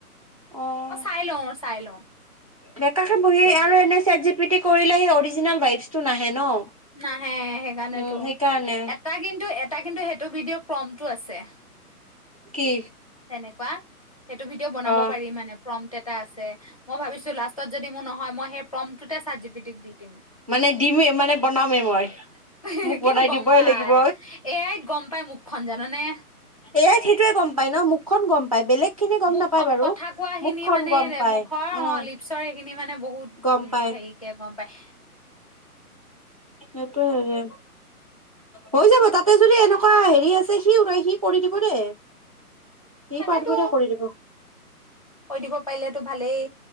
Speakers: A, on the right; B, on the left.
A: অ
B: অঁ চাই লওঁ চাই লওঁ।
A: বেকাকে বহি
B: যদি
A: আৰু এনে ছেট জী কৰিলে সেই অৰিজনেল ভাইবছ টো নাহে ন।
B: নাহে সেইকাৰণেতটো।
A: উম সেইকাৰণে
B: এটা কিন্তু এটা কিন্তু সেইটো ভিডিঅ' কমটো আছে।
A: কি?
B: তেনেকুৱা সেইটো ভিডিঅ' বনাব
A: অ
B: পাৰি মানে ফ্ৰণ্ট এটা আছে। মই ভাবিছো লাষ্টত যদি মোৰ নহয় মই সেই প্ৰমটটোতে চাতজিপিতি ক দি দিম।
A: মানে দিমেই মানে বনামেই মই
B: <unintelligible>
A: মোক
B: কিন্তু
A: বনাই
B: গম
A: দিবই
B: পাই
A: লাগিব।
B: এয়াইত গম গম পাই ম মুখখন জাননে।
A: এয়াই ত সেইটোৱে গম পায় ন। মুখখন গম পাই। বেলেগ খিনি গম
B: মুখ
A: নাপায় বাৰু।
B: কথা কোৱা খিনি
A: মুখখন
B: মানে
A: গম
B: এই
A: পায়
B: মুখৰ
A: উম
B: অ লিপচৰ সখিনি মানে বহুত
A: গম
B: উম
A: পায়
B: হেৰিকে গম পায়
A: সেইটোয়েৰে হৈ যাব তাতে যদি কেনেকুৱা হেৰি আছে সি উৰাই সি কৰি দিব দে। সি
B: তাকেতো
A: পাৰ্থিব দ কৰি দিব।
B: কৈ দিব পাৰিলেতো ভালেই